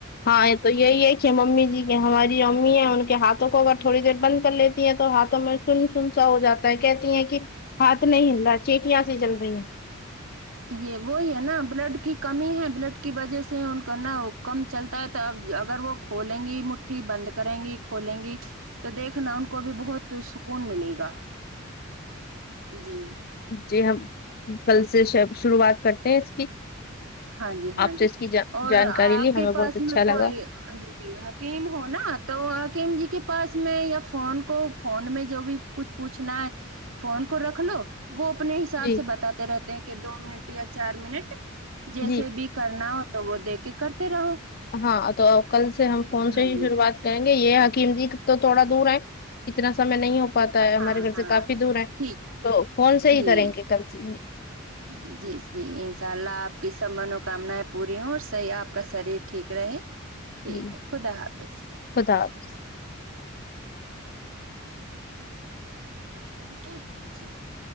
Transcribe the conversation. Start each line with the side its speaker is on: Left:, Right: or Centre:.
Left: ہاں یہ تو ہی یہی ہے کہ ممی جی ہماری امی ہیں ان کے ہاتھوں کو اگر تھوڑی دیر بند کر لیتی ہیں تو ہاتھوں میں سن سن سا ہو جاتا ہے کہتی ہیں کہ ہاتھ نہیں ہل رہا چیٹیاں سے جل رہی ہیں
Right: یہ وہی ہے نا بلڈ کی کمی ہے بلڈ کی وجہ سے ان کو نا وہ کم چلتا ہے تو اب اگر وہ کھولیں گی مٹھی بند کریں گی کھولیں گی تو دیکھنا ان کو بھی بہت سکون ملے گا جی
Left: جی ہم کل سے شروعات کرتے ہیں اس کی
Right: ہاں جی ہاں
Left: آپ سے
Right: جی
Left: اس کی
Right: اور
Left: جانکاری
Right: آپ
Left: لی
Right: کے
Left: ہمیں بہت
Right: پاس
Left: اچھا
Right: میں کوئی
Left: لگا
Right: جی حکیم ہو نا تو حکیم جی کے پاس میں یا فون کو فون میں جو بھی کچھ پوچھنا ہے فون کو رکھ لو وہ اپنے حساب
Left: جی
Right: سے بتاتے رہتے ہیں کہ دو منٹ یا چار منٹ جیسے
Left: جی
Right: بھی کرنا ہو تو وہ دے کے کرتے رہو
Left: ہاں تو کل سے ہم فون
Right: ہاں
Left: سے ہی
Right: جی
Left: شروعات کہیں گے یہ حکیم جی تو تھوڑا دور ہے اتنا سمے نہیں ہو پتا
Right: ہاں
Left: ہے ہمارے گھر
Right: ہاں
Left: سے کافی دور ہے
Right: ٹھیک
Left: تو فون سے ہی
Right: جی
Left: کریں گے کل سے
Right: جی جی جی انشاء اللہ آپ کس تمناؤ کامنائےپوری ہو اور صحیح اپ کا شریر ٹھیک رہے ٹھیک
Left: جی
Right: ہے خدا حافظ
Left: خدا حافظ
Right: پھا <unintelligible>